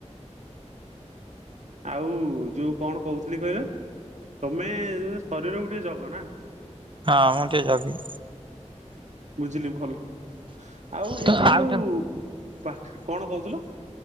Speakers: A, on the right (about 75°); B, on the right (about 45°).
A: ଆଉ ଯୋଉ କଣ କହୁଥିଲି କହିଲ ତମେ ଶରୀରକୁ ଟିକେ ଜଗ ନା?
B: ହଁ ମୁଁ ଟିକେ ଜଗେ।
A: ବୁଝିଲି ଭଲ। ଆଉ
B: ତ
A: ଏଠି ଯୋଉ
B: ଆଉ
A: ପାଖରେ କଣ କହୁଥିଲ?